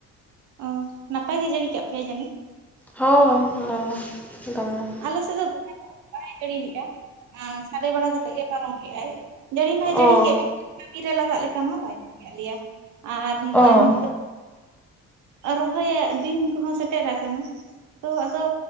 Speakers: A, on the right; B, in the centre.
A: ᱚᱻ ᱱᱟᱯᱟᱭ ᱜᱮ ᱡᱟᱹᱲᱤ ᱠᱟᱜ ᱯᱮᱭᱟᱭ ᱡᱟᱹᱱᱤᱡ?
B: ᱦᱳᱭ ᱦᱳᱭ ᱫᱚᱢᱮ
A: ᱟᱞᱮ ᱥᱮᱫ ᱫᱚ ᱵᱟᱭ ᱡᱟᱹᱲᱤ ᱞᱮᱜᱼᱟ, ᱥᱟᱰᱮ ᱵᱟᱲᱟ ᱠᱟᱛᱮᱜ ᱜᱮ ᱯᱟᱨᱚᱢ ᱠᱮᱜᱼᱟᱭ, ᱡᱟᱹᱲᱤ ᱢᱟᱭ
B: ᱚ
A: ᱡᱟᱹᱲᱤ ᱠᱮᱫ ᱠᱟᱹᱤ ᱨᱮ ᱞᱟᱜᱟᱜ ᱞᱮᱠᱟ ᱢᱟ ᱵᱟᱭ ᱡᱟᱹᱲᱤᱭᱟᱜ ᱞᱮᱭᱟ ᱟᱨ ᱱᱚᱜᱼᱚᱭ
B: ᱚ
A: ᱱᱤᱛᱚᱜ ᱨᱚᱦᱚᱭᱟᱜ ᱫᱤᱱ ᱠᱚᱦᱚᱸ ᱥᱮᱴᱮᱨ ᱟᱠᱟᱱᱟ ᱾ ᱛᱚ ᱟᱫᱚ